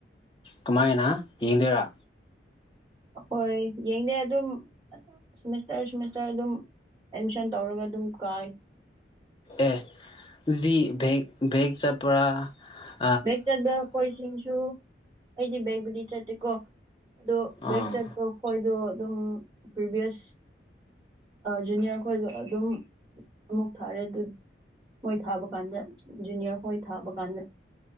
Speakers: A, on the left; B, on the right.
A: ꯀꯃꯥꯏꯅ ꯌꯦꯡꯗꯣꯏꯔꯥ
B: ꯍꯣꯏ ꯌꯦꯡꯗꯦ ꯑꯗꯨꯝꯦꯃꯤꯁꯇꯔ ꯁꯃꯤꯁꯇꯔ ꯑꯗꯨꯝ ꯑꯦꯠꯃꯤꯁꯟ ꯇꯧꯔꯒ ꯑꯗꯨꯝ ꯀꯥꯏ
A: ꯑꯦ ꯑꯗꯨꯗꯤ ꯦꯒ ꯦꯒ ꯆꯥꯄ
B: ꯕꯦꯛ ꯆꯠꯄ ꯑꯩꯣꯏꯁꯤꯡꯁꯨ ꯑꯩꯗꯤ ꯕꯒꯕꯨꯗꯤ ꯆꯠꯇꯦꯀꯣ ꯑꯗꯣ ꯕꯒ
A: ꯑꯥ
B: ꯆ ꯇꯈꯣꯏꯗꯣ ꯑꯗꯨꯝ ꯄ꯭ꯔꯤꯚꯌꯁ ꯖꯨꯅꯤꯌꯔꯈꯣꯏꯗꯣ ꯑꯗꯨꯝ ꯑꯃꯨꯛ ꯊꯥꯔꯦ ꯑꯗꯨ ꯍꯣꯏ ꯊꯥꯕ ꯀꯥꯟꯗ ꯖꯨꯅꯤꯌꯔ ꯍꯣꯏ ꯊꯥꯕ ꯀꯥꯟꯗ